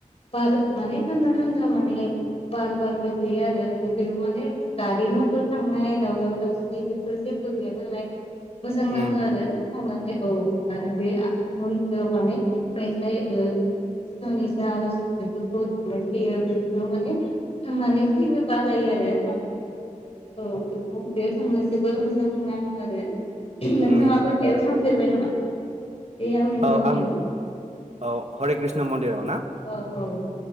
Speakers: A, on the left (about 45°); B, on the right (about 55°).
A: बार माने थान्दा थान्दा माने बार बारबाय थायो आरो आरो बेयाव माने गारि मथर थांनाय दावराव दावसि बेफोर जेबो गैया नालाय मोजां नाङो
B: उम
A: आरो थांनानै औ आरो बे मन्दिराव माने मेथाइ कृष्णनि जा आर'ज बेफोरखौ दामबाय थायो बेफोर माने थांनानै फैनो बालायो आरो <unintelligible> औ बेखौ बेयाव थांनो जोबोर मोजां नाङो आरो नोंथाङाबो
B: उम
A: बेयाव थांफेरबाय नामा बे आमिन
B: औ
A: गावनियाव
B: आं औ हरि कृष्ण मन्दिराव ना
A: औ औ